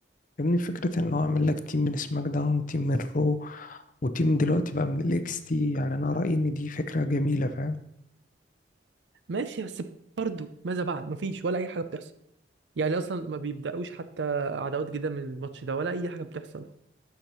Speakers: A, on the left; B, on the right.
A: يعني فكرة ان هو عامل لك تيم من سماك داون تيم من رو وتيم دلوقتي بقى من الاكس تي يعني انا رأيي ان دي فكرة جميلة فاهم
B: ماشي بس برضه ماذا بعد مفيش ولا اي حاجه بتحصل يعني اصلا ما بيبداوش حتى عداوات جديده من الماتش ده ولا اي حاجه بتحصل